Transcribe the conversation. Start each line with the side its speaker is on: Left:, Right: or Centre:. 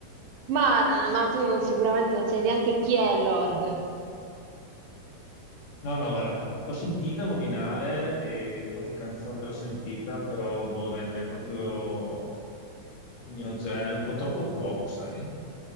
Right: Ma, ma tu non sicuramente non sai neanche chi è Lord.
Left: No, no, guarda, l'ho sentita nominare e qualche canzone l'ho sentita, però, boh, dai, non è proprio il mio genere, un po' troppo pop, sai?